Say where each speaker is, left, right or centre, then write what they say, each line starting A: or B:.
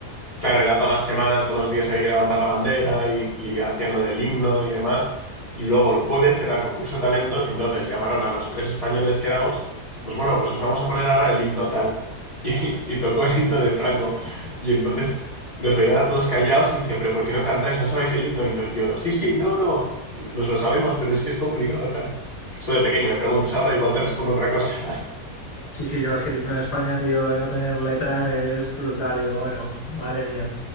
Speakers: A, on the left; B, on the left.
A: claro, era toda la semana, todos los días había que levantar la bandera y, y hacían lo del himno y demás. Y luego el jueves era el concurso de talentos y entonces llamaron a los tres españoles que éramos, pues bueno, pues os vamos a poner ahora el himno tal. <laughs> Y, y tocó el himno de Franco. Y entonces nos veían a todos callados y decía, pero ¿por qué no cantáis? ¿No sabéis el himno? Y, no- y yo, sí, sí, no, no, nos lo sabemos, pero es que es complicado tal. Eso de pequeño, me preguntas ahora, igual te respondo otra cosa. <laughs>
B: Sí, sí, no, es que el himno de España, tío, lo de no tener letra es brutal. Y digo, bueno, madre mía.